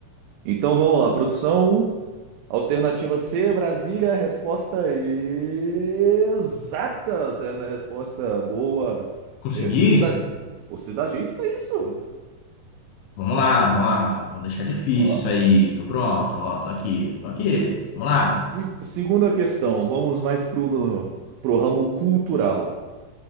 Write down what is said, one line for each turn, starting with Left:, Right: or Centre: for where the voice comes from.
Right: Então vamos lá, produção. um, Alternativa C, Brasília, resposta exata. Certa resposta, boa. Você,
Left: Consegui?
Right: você se dá, você dá jeito para isso.
Left: Vamos lá, vamos lá, vamos deixar difícil
Right: Vamos
Left: isso
Right: lá.
Left: aí. Tô pronto, ó, tô aqui, tô aqui. Vamos lá.
Right: Se- segunda questão, vamos mais pro, pro ramo cultural.